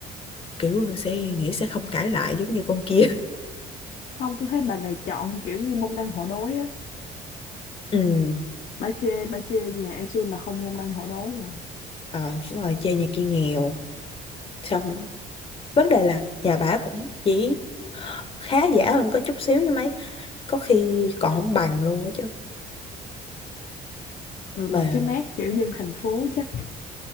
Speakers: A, on the left; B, on the left.
A: kiểu sẽ nghĩ sẽ không cãi lại giống như con kia
B: không tôi thấy bà này chọn kiểu như môn đăng hộ đối á
A: Ừ,
B: bà chê bà chê nhà An là không môn đăng hộ đối mà
A: rồi đúng rồi chơi nhà kia nghèo xong vấn đề là nhà bà cũng chỉ khá giả hơn có chút xíu như mấy có khi còn không bằng luôn á chứ
B: rồi
A: mà
B: mà cái mác kiểu dân thành phố chắc